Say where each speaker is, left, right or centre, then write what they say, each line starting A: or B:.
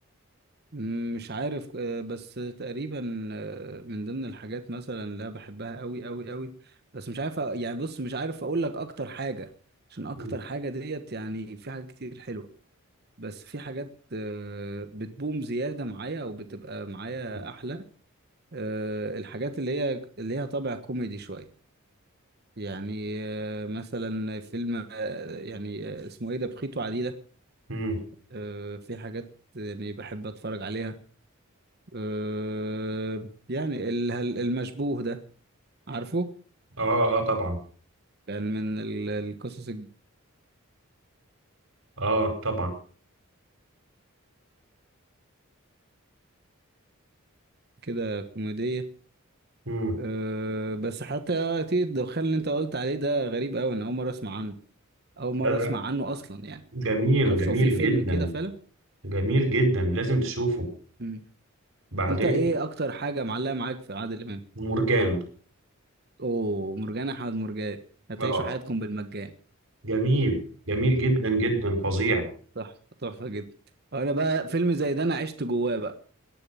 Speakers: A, on the right; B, on the right.
A: مم، مش عارف آه، بس تقريبا آه، من ضمن الحاجات مثلا اللي أنا بحبها قوي قوي قوي بس مش عارف أ- يعني بص مش عارف اقول لك اكتر حاجة عشان اكتر
B: مم.
A: حاجة ديت يعني في حاجات كتير حلوة بس في حاجات آه، بتبوم زيادة معايا او بتبقى معايا
B: مم.
A: احلى آه، الحاجات اللي هي اللي ليها طابع كوميدي شوية يعني آه، مثلا فيلم آه، يعني آه، اسمه ايه ده بخيت وعديلة
B: مم.
A: آه، في حاجات يعني بحب اتفرج عليها أه يعني ال- هل- المشبوه ده عارفه
B: اه اه طبعا
A: كان من ال- القصص الج-
B: اه طبعا
A: كده كوميدية
B: مم.
A: أه بس حتى تيجي الدخان اللي انت قلت عليه ده غريب قوي انا اول مرة اسمع عنه اول مرة
B: لا لا
A: اسمع عنه اصلا يعني
B: جميل
A: معرفش
B: جميل
A: هو في فيلم
B: جدا
A: كده فعلا
B: جميل جدا لازم تشوفه
A: مم.
B: بعدين
A: انت ايه اكتر حاجة معلقة معاك في عادل امام
B: مرجان
A: اوه مرجان احمد مرجان هتعيشوا
B: اه
A: حياتكم بالمجان
B: جميل جميل جدا جدا فظيع
A: تحفة تحفة جدا انا بقى فيلم زي ده انا عشت جواه بقى